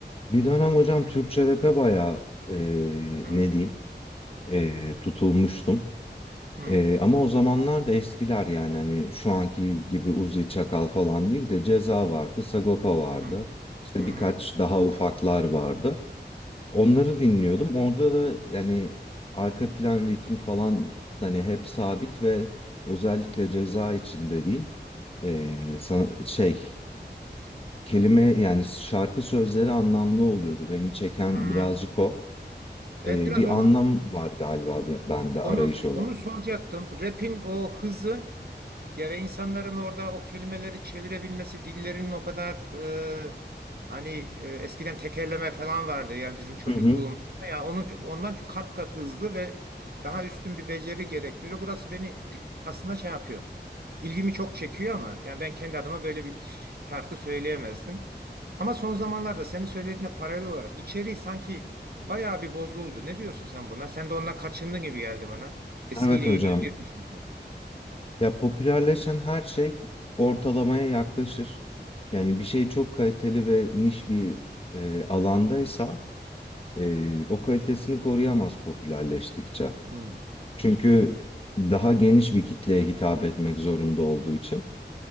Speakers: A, on the left; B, on the right.
A: Bir dönem hocam Türkçe rap'e bayağı ee,
B: Hı,
A: ne diyeyim ee, tutulmuştum.
B: hı,
A: Ee, ama o zamanlar da eskiler yani hani şu anki gibi Uzi Çakal falan değil de Ceza vardı, Sagopa vardı.
B: hı,
A: İşte
B: hı,
A: birkaç daha ufaklar vardı. Onları dinliyordum. Orada da yani arka plan ritmi falan hani hep sabit ve özellikle Ceza için dediğim ee, sa- şey kelime yani şarkı sözleri anlamlı oluyordu. Beni çeken
B: hı.
A: birazcık o.
B: Evet
A: Ee,
B: biraz
A: bir
B: onu
A: anlam var galiba be- bende arayış
B: onu
A: olarak.
B: onu soracaktım. Rap'in o hızı Ya ve insanların orada o kelimeleri çevirebilmesi, dillerinin o kadar e, hani e, eskiden tekerleme falan vardı yani bizim çocukluğumuzda.
A: Hı hı.
B: Yani onun, ondan kat kat hızlı ve daha üstün bir beceri gerektiriyor. Burası beni aslında şey yapıyor. İlgimi çok çekiyor ama yani ben kendi adıma böyle bir şarkı söyleyemezdim. Ama son zamanlarda senin söylediğine paralel olarak içeriği sanki bayağı bir bozuldu. Ne diyorsun sen buna? Sen de onunla kaçındın gibi geldi bana. Eskiyle
A: Evet hocam.
B: yeni ayırmışsın
A: Ya popülerleşen her şey ortalamaya yaklaşır. Yani bir şey çok kaliteli ve niş bir e, alandaysa e, o kalitesini koruyamaz popülerleştikçe.
B: ki.
A: Çünkü daha geniş bir kitleye hitap etmek zorunda olduğu için.